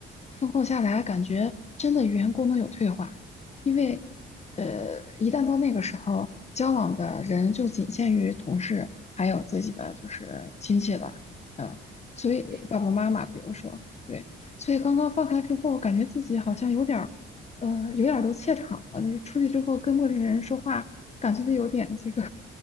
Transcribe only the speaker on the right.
是，没错，